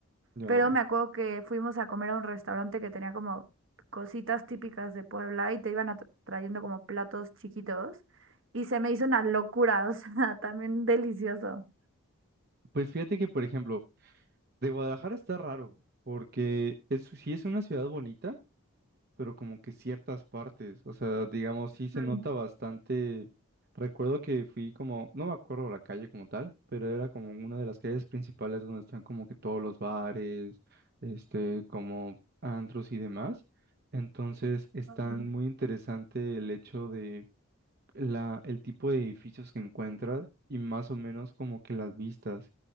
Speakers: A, on the right; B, on the right.
A: Ya,
B: pero
A: ya.
B: me acuerdo que fuimos a comer a un restaurante que tenía como cositas típicas de Puebla y te iban a- trayendo como platos chiquitos y se me hizo una locura, <laughs> o sea, también delicioso.
A: Pues fíjate que, por ejemplo, de Guadalajara está raro, porque es, sí es una ciudad bonita, pero como que ciertas partes, o sea, digamos, sí se
B: Mm,
A: nota bastante. Recuerdo que fui como, no me acuerdo la calle como tal, pero era como una de las calles principales donde están como que todos los bares, este, como antros y demás. Entonces, está
B: ujú.
A: muy interesante el hecho de la, el tipo de edificios que encuentras y más o menos como que las vistas,